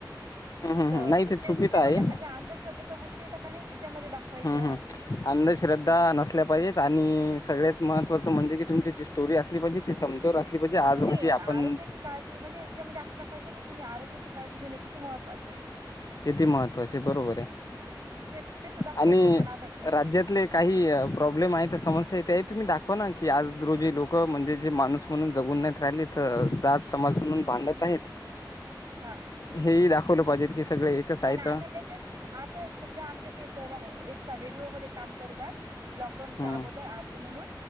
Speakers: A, on the left; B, on the right.
A: हं, हं,
B: तर
A: हं. नाही
B: ते
A: चुकीचं
B: त्याच्यामध्ये
A: आहे.
B: जे अंधश्रद्धेच्या गोष्टी येत का नाही त्याच्यामध्ये दाखवायच्या
A: हं, हं. अंधश्रद्धा नसल्या पाहिजेत आणि सगळ्यात महत्त्वाचं म्हणजे कि तुमची जी स्टोरी असली पाहिजे. ती समतोल असली पाहिजे. आज
B: तुम्ही
A: रोजी आपण
B: आरोग्याची काळजी म्हणजे तिला जास्त दाखवायचं क तुम्ही आगचीळजी घें कितीहत्चं आहे.
A: किती महत्त्वाचे बरोबर आहे.
B: ते तसं दाखवायचं
A: आणि
B: पण आता घर
A: राज्यातले काही प्रॉब्लेम आहे समस्या आहे ते तुम्ही दाखवा ना की आज रोजी लोक म्हणजे जे माणूस म्हणून जगून नाही राहिली तर जात समाज म्हणून भांडत आहेत.
B: हा
A: हे दाखवलं पाहिजे की सगळे एकच आहेत
B: आणि आता लेटेस्ट आता सध्या आमच्या ते सर एक पार रेडिओ मध्ये काम करतात. लॉकडाऊनच्या
A: हम्म
B: अगोदर अर्जे म्हणून